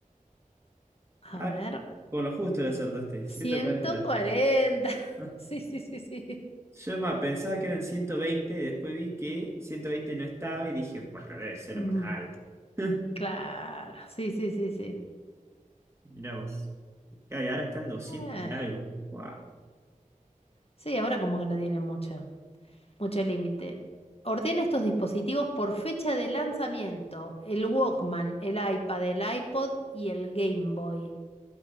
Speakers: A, on the right; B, on the left.
A: Ay,
B: A ver,
A: con lo justo la acertaste,
B: ciento
A: ciento cuarenta
B: cuarenta <laughs>
A: <laughs>
B: Sí, sí, sí, sí.
A: Yo más pensaba que eran 120 y después vi que 120 no estaba y dije, bueno, debe ser
B: Mm,
A: más alto. <laughs>
B: claro, sí, sí, sí, sí.
A: Mirá vos. Claro, y ahora están 200
B: Eh,
A: y algo. Guau.
B: Sí, ahora como que no tiene mucho, mucho límite. Ordena estos dispositivos por fecha de lanzamiento. El Walkman, el iPad, el iPod y el Game Boy.